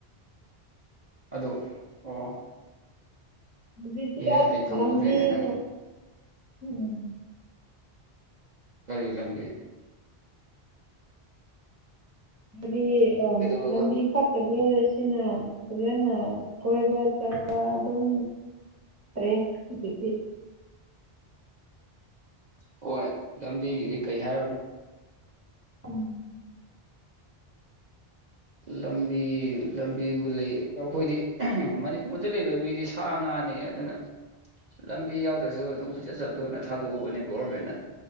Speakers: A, on the right; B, on the right.
A: ꯑꯗꯨ ꯑꯣ
B: ꯍꯧꯖꯤꯛ ꯇꯤ
A: ꯑꯦ
B: ꯑꯁ
A: ꯑꯩ ꯈꯪꯍꯧꯗ꯭ꯔꯦꯅꯦ
B: ꯂꯝꯕꯤꯅ
A: ꯅꯪ
B: ꯎꯝ
A: ꯀꯔꯤ ꯂꯝꯕꯤ
B: ꯍꯥꯏꯗꯤ ꯑ
A: ꯀꯩꯗꯧꯔꯕ
B: ꯂꯝꯕꯤ ꯐꯠ ꯇꯕ ꯁꯤꯅ ꯐꯖꯅ ꯀꯣꯏꯕ ꯆꯠꯄ ꯑꯗꯨꯝ ꯇꯔꯦ ꯍꯨꯖꯤꯛꯇꯤ
A: ꯍꯣꯏ ꯂꯝꯕꯤꯒꯤꯗꯤ ꯀꯩ ꯍꯥꯏꯔꯨꯅꯤ
B: ꯎꯝ
A: ꯂꯝꯕꯤ ꯂꯝꯕꯤꯕꯨ ꯂꯩ ꯑꯈꯣꯏꯗꯤ ꯃꯅꯤꯄꯨꯔꯗ ꯂꯩꯕ ꯃꯤꯗꯤ ꯁꯥ ꯉꯥꯅꯦ ꯑꯗꯨꯅ ꯂꯝꯕꯤ ꯌꯥꯎꯗ꯭ꯔꯁꯨ ꯑꯗꯨꯝ ꯀꯣꯏꯆꯠ ꯆꯠꯂꯨꯅ ꯊꯥꯗꯣꯛꯎꯕꯅꯦ ꯒꯣꯔꯃꯦꯟꯅ